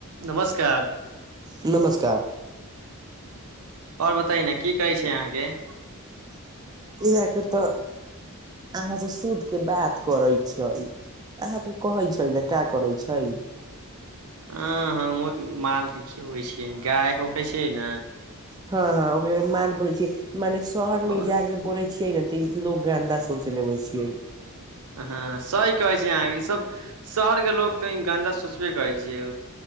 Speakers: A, on the right; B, on the right.
A: नमस्कार।
B: नमस्कार
A: आओर बताई न की कहै छै अहाँके।
B: इह के त अहाँ से शुध के बात करै छिये अहाँके कहै छलजे का करै छै
A: अं-अं-हमहूँ मालके खियबै छियै गाय होकै छियै न
B: हाँ हाँ ओकरे माल बोैले छियै मने शहरमे
A: अब
B: जा के बोलै छियै ने त ई लोग गन्दा शोचलेबे छियै
A: हाँ सही कहै छै अहाँके ईसभ शहरके लोको तऽ गन्दा सोचबे करै छियै